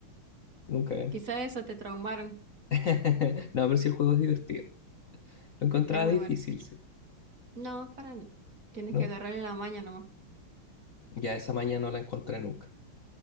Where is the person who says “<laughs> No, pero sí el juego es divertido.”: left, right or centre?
Left